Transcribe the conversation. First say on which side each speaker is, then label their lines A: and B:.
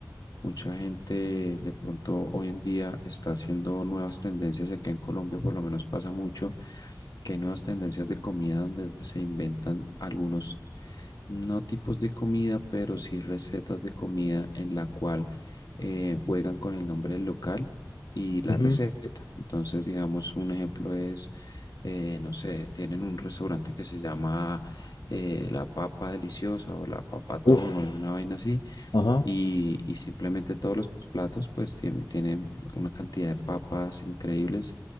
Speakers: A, on the left; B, on the left.
A: Mucha gente de pronto hoy en día está haciendo nuevas tendencias y acá en Colombia por lo menos pasa mucho que hay nuevas tendencias de comida donde se inventan algunos, no tipos de comida, pero sí recetas de comida en la cual eh, juegan con el nombre del local y la
B: ujú.
A: receta. Entonces, digamos, un ejemplo es, eh, no sé, tienen un restaurante que se llama eh, La Papa Deliciosa o La Papatón
B: Uf,
A: o alguna vaina así
B: ajá.
A: y, y simplemente todos los platos pues tien- tienen una cantidad de papas increíbles,